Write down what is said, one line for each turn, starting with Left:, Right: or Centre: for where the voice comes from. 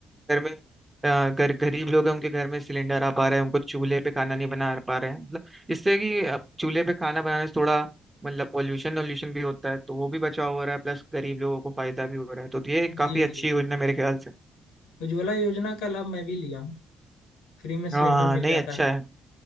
Right: घर में अ, गर, गरीब लोग हैं उनके घर में सिलेंडर आ पा रहे हैं उनको चूल्हे पे खाना नहीं बना पा रहे हैं मतलब इससे कि अब चूल्हे पे खाना बनाने से थोड़ा मतलब पोल्यूशन वोल्यूशन भी होता है तो वो भी बचाव हो रहा है प्लस गरीब लोगों को फायदा भी हो रहा है तो ये एक काफी
Left: जी
Right: अच्छी
Left: जी
Right: योजना मेरे ख्याल से
Left: उज्ज्वला योजना का लाभ मैं भी लिया हूँ फ्री में सिलेंडर
Right: हाँ हाँ,
Left: मिल
Right: नहीं
Left: जाता
Right: अच्छा
Left: है
Right: है